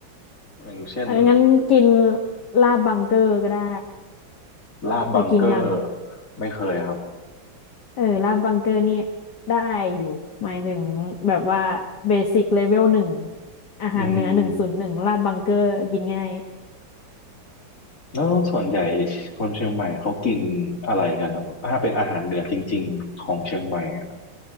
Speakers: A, on the left (about 40°); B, on the left (about 60°).
A: อย่างเช่น
B: เอองั้นกินลาบบังเกอร์ก็ได้
A: ลาบบังเกอร์
B: เคยกินยัง
A: ไม่เคยครับ
B: เออลาดบังเกอร์นี่ได้อยู่หมายถึงแบบว่าเบสิกเลเวลหนึ่งอาหารเหนือหนึ่งศูนย์หนึ่งลาดบังเกอร์กินง่าย
A: อืมแล้วส่วนใหญ่คนเชียงใหม่เขากินอะไรกันครับถ้าเป็นอาหารเหนือจริงๆของเชียงใหม่อะ